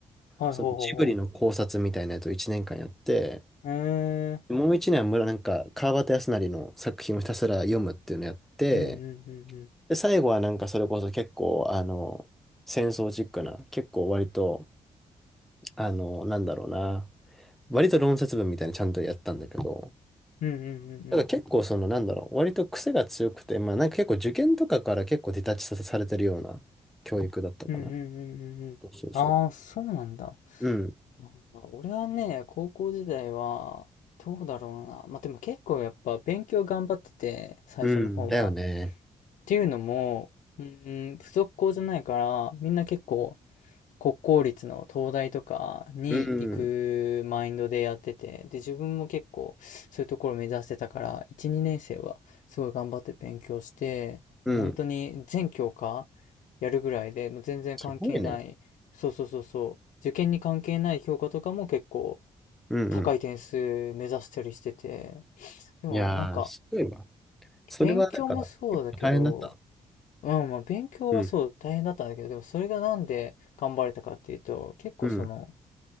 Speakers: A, on the left (about 75°); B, in the centre.
A: はいほうほうほ
B: そのジブリの考察みたいなやつを1年間やって、
A: う。えー。
B: もう1年は村、なんか、川端康成の作品をひたすら読むっていうのやって、
A: うんうんうんうん。
B: で、最後はなんかそれこそ結構、あの、戦争チックな、結構割と、あの、なんだろうな、割と論説文みたいにちゃんとやったんだけど、
A: うんうんうんう
B: ただから結構その、
A: ん。
B: なんだろう、割と癖が強くて、まあなんか結構受験とかから結構ディタッチさせされてるような教育だったかな。
A: うんうんうんうんうんうん。
B: そうそうそ
A: ああ、そうなんだ。
B: う。うん、
A: まあ俺はね、高校時代は、どうだろうな。まあ、でも結構やっぱ勉強頑張ってて、最初の方は。
B: うん、だよね。
A: っていうのも、うーん、付属校じゃないから、みんな結構国公立の東大とかに行くマインドでやってて、
B: うん、
A: で、自分も結構そういうところを目指してたから、1、2年生はすごい頑張って勉強して、
B: うん、
A: もう本当に全教科やるぐらいで、もう全然関係ない、
B: すごいね。
A: そうそうそうそう、受験に関係ない評価とかも結構
B: うん、うん。
A: 高い点数目指したりしてて、でもなんか
B: いやー、すごいわ。それはだから、
A: 勉強もそうだけど、
B: 結構大変だった。
A: うん、まあ勉強はそう大変だったんだけど、
B: うん、
A: でもそれがなんで頑張れたかっていうと、結構その、
B: うん。